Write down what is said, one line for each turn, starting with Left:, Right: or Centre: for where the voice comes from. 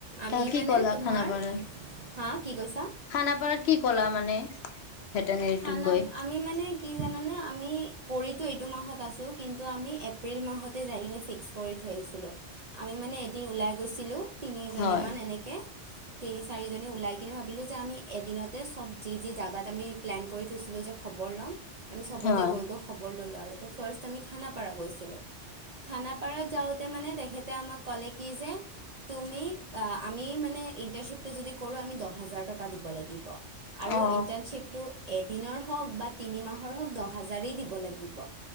Left: ত
Right: আমি
Left: কি
Right: মানে
Left: ক'লা
Right: তোমাৰ
Left: খানাপাৰাত
Right: হাঁ কি কৈছা?
Left: খানাপাৰাত কি ক'লা মানে? ভেটেনেৰীটোত
Right: খানা
Left: গৈ
Right: আমি মানে কি জানানে আমি কৰিতো এইটো মাহত আছো কিন্তু, আমি এপ্ৰিল মাহতে যায় কিনে ফিক্স কৰি থৈ আহিছিলো। আমি মানে এদিন ওলাই গৈছিলোঁ তিনিজনি
Left: হয়
Right: মান এনে কে তিনি চাৰিজনী ওলাই কিনে ভাবিলোঁ যে আমি এদিনতে চব যি যি জাগাত আমি প্লেন কৰি থৈছিলোঁ যে খবৰ ল'ম আমি চবতে
Left: হয়
Right: গৈ গৈ খবৰ ল'লোঁ আৰু তে ফাৰ্ষ্ট আমি খানাপাৰা গৈছিলোঁ খানাপাৰত যাওঁতে মানে তেখেতে আমাক ক'লে কি যে তুমি আমি মানে ইণ্টাৰ্ণশ্বিপটো যদি কৰোঁ আমি দহ হাজাৰ টকা দিব লাগিব। আৰু
Left: অ
Right: ইণ্টাৰ্ণশ্বিপটো এদিনৰ হওঁক বা তিনি মাহৰ হওক দহ হাজাৰেই দিব লাগিব।